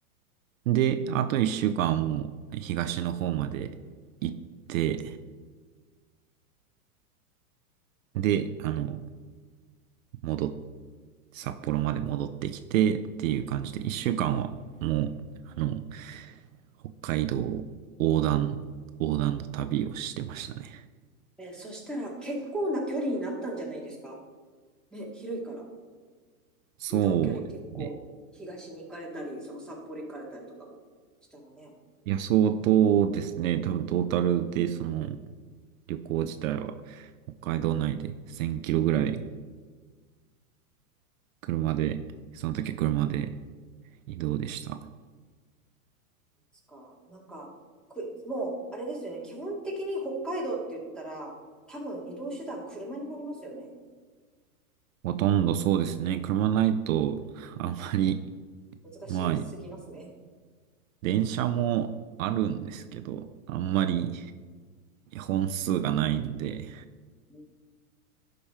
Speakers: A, on the right (about 65°); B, in the centre.
A: で、あと一週間はもう東の方まで行って、で、あの、戻っ、札幌まで戻ってきてっていう感じで、一週間はもう、あの、北海道横断、横断の旅をしてましたね。
B: えーそしたら結構な距離になったんじゃないですかね、広いから。
A: そうですね。
B: 移動距離結構、東に行かれたり、その札幌行かれたりとかもしたのね。
A: いや、相当ですね。多分トータルで、その、旅行自体は、北海道内で1000キロぐらい、車で、その時車で移動でした。
B: ですか。なんか、く、もう、あれですよね。基本的に北海道って言ったら、多分移動手段車になりますよね。
A: ほとんどそうですね。車ないと、あんまり、
B: 難しすぎますね。
A: まあ、電車もあるんですけど、あんまり本数がないんで、
B: うんで